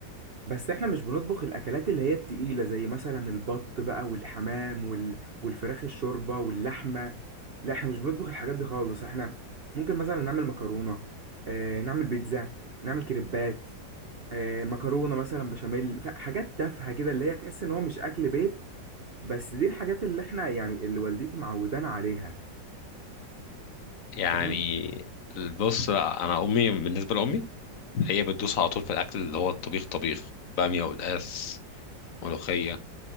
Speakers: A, on the right; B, on the left.
A: بس احنا مش بنطبخ الاكلات اللي هي التقيلة زي مثلا البط بقى والحمام وال... والفراخ الشوربة واللحمة لا احنا مش بنطبخ الحاجات دي خالص احنا ممكن مثلا نعمل مكرونة اه نعمل بيتزا نعمل كريبات اه مكرونة مثلا بشاميل ف- حاجات تافهة كده اللي هي تحس ان هو مش اكل بيت بس دي الحاجات اللي احنا يعني اللي والدتي معودانا عليها
B: يعني
A: فاهم
B: بص لا أنا أمي بالنسبة لأمي هي بتدوس على طول في الأكل اللي هو الطبيخ طبيخ بامية والقلقاس ملوخية